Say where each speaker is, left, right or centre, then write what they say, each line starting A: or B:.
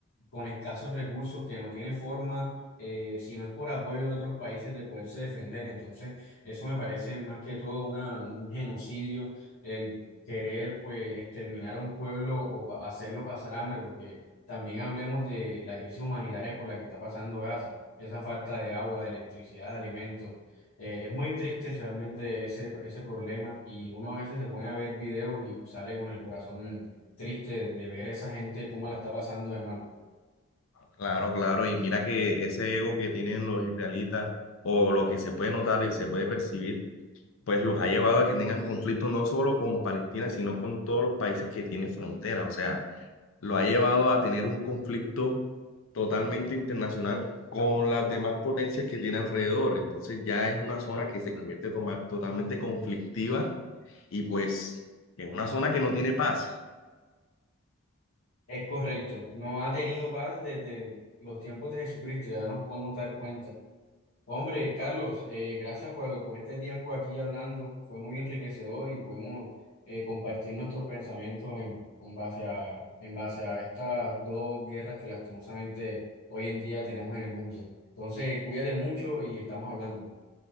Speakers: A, on the left; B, on the left.
A: con escasos recursos, que no tiene forma, eh, si no es por apoyo de otros países, de poderse defender. Entonces, eso me parece más que todo una, un genocidio, el querer pues exterminar a un pueblo o pa- hacerlo pasar hambre, porque también hablemos de la crisis humanitaria por la que está pasando Gaza, esa falta de agua, de electricidad, de alimentos. Eh, es muy triste realmente ese, ese problema y uno a veces se pone a ver videos y sale con el corazón triste de, de ver esa gente cómo la está pasando de mal.
B: Claro, claro, y mira que ese ego que tienen los israelitas o lo que se puede notar y se puede percibir, pues los ha llevado a que tengan conflictos no solo con Palestina, sino con todos los países que tienen frontera. O sea, lo ha llevado a tener un conflicto totalmente internacional con las demás potencias que tiene alrededor. Entonces ya es una zona que se convierte toma- totalmente conflictiva y pues es una zona que no tiene paz.
A: Es correcto, no ha tenido paz desde los tiempos de Jesucristo, ya nos podemos dar cuenta. Hombre, Carlos, eh, gracias por, por este tiempo aquí hablando, fue muy enriquecedor y pudimos eh, compartir nuestros pensamientos en, en base a, en base a estas dos guerras que lastimosamente hoy en día tenemos en el mundo. Entonces, cuídate mucho y estamos hablando.